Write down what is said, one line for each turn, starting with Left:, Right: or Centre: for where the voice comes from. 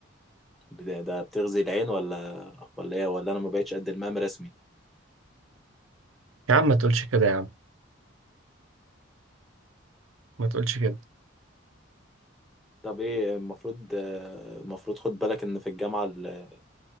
Centre: بت- ده بتغذي العين ولا ولا ايه ولا انا ما بقتش قد المقام رسمي
Right: يا عم ما تقولش كده يا عم ما تقولش كده
Centre: طب ايه المفروض آه، المفروض خد بالك ان في الجامعة ال-